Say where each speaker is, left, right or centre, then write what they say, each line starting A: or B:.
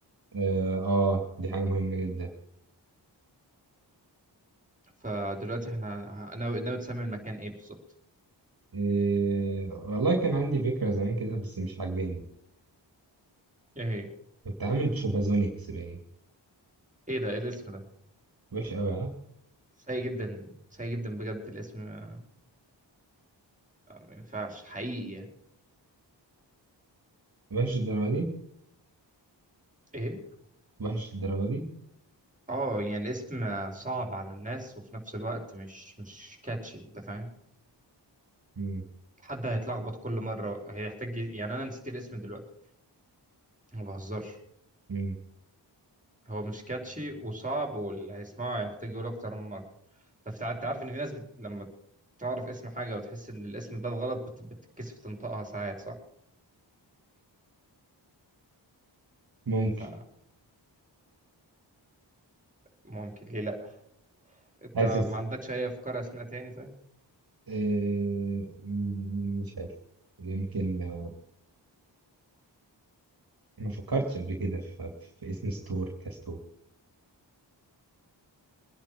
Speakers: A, on the right; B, on the right.
A: اه آه، دي حاجة مهمة جدا
B: فدلوقتي احنا ه- ناوي ناوي تسمي المكان ايه بالظبط
A: إيه... والله كان عندي فكرة زمان كده بس مش عاجباني
B: ايه هي
A: كنت عامل شوبازونيكس باين
B: ايه ده ايه الاسم ده
A: وحش قوي ها
B: سيء جدا سيء جدا بجد الاسم ما ما ينفعش حقيقي يعني
A: وحش الدرجة دي
B: ايه
A: وحش الدرجة دي
B: اه يعني الاسم صعب على الناس وفي نفس الوقت مش مش كاتشي انت فاهم
A: مم.
B: حد هيتلخبط كل مره هيحتاج يعني انا نسيت الاسم دلوقتي ما بهزرش
A: مم.
B: هو مش كاتشي وصعب واللي هيسمعه هيحتاج يقول اكتر من مره طب تع- انت عارف ان في ناس بت... لما تعرف اسم حاجه وتحس ان الاسم ده غلط بت... بتتكسف تنطقها ساعات صح
A: ممكن
B: ف... فممكن ليه لا انت
A: حاسس
B: ما عندكش اي افكار اسماء تاني طيب
A: إيه... مم، مش عارف يمكن آه، ما فكرتش قبل كده في... في اسم ستور كستور